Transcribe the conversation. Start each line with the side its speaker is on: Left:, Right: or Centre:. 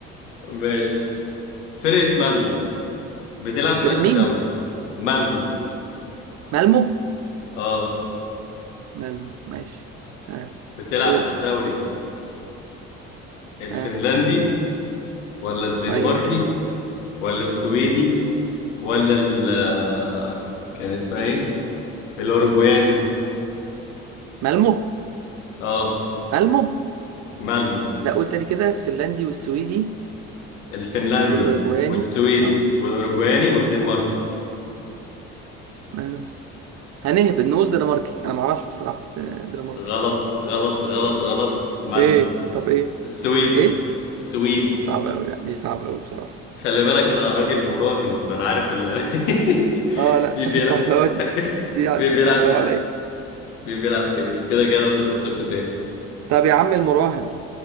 Left: ماشي فرقة مالمو بتلعب في
Right: فرقة
Left: انهي
Right: مين
Left: دوري مالمو
Right: مالمو
Left: اه
Right: مالمو ماشي اه
Left: بتلعب
Right: قول
Left: في الدوري الفنلندي
Right: اه
Left: ولا الدنماركي
Right: طيب
Left: ولا السويدي ولا ال آه، كان اسمها ايه الاوروجواني
Right: مالمو
Left: اه
Right: مالمو
Left: مالمو
Right: لا قول تاني كده الفنلندي والسويدي
Left: الفنلندي
Right: والاوروجواني
Left: والسويدي
Right: اه
Left: والاوروجواني والدنماركي
Right: ما أنا- هنهبط نقول دنماركي انا ما اعرفش بصراحه بس دنماركي
Left: غلط غلط غلط غلط مالمو
Right: ايه طب ايه
Left: السويدي
Right: ايه
Left: السويد
Right: صعبه قوي لا دي صعبه قوي بصراحه
Left: خلي بالك انا
Right: لا
Left: راجل
Right: لا
Left: مراهن فانا عارف ال <laughs>
Right: اه لا
Left: مين
Right: <laughs>
Left: بيلعب
Right: صعبه قوي دي
Left: مين بيلعب
Right: صعبه قوي عليا
Left: مين بيلعب فين كده كده صفر صفر تاني
Right: طب يا عم المراهن